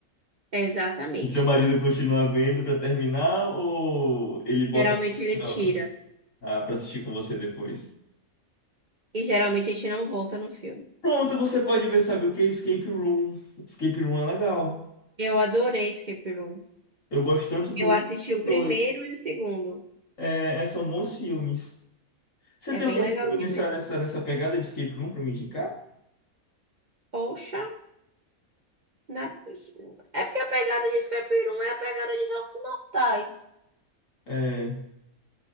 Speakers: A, on the right; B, on the left.
A: Exatamente.
B: E seu marido continua vendo pra terminar ou ele bota
A: Geralmente ele
B: outra,
A: tira
B: ah, pra assistir com você depois?
A: e geralmente a gente não volta no filme.
B: Pronto, você pode ver, sabe o que? Escape Room. Escape Room é legal.
A: Eu adorei Escape Room.
B: Eu gosto tanto do
A: Eu
B: um
A: assisti
B: quanto do
A: o
B: dois.
A: primeiro e o segundo.
B: É, é, são bons filmes. Você
A: É
B: tem
A: bem
B: algum
A: legalzinho
B: filme nessa,
A: mesmo.
B: nessa, nessa pegada de Escape Room pra me indicar?
A: Poxa, na... é porque a pegada de Escape Room é a pegada de Jogos Mortais.
B: É,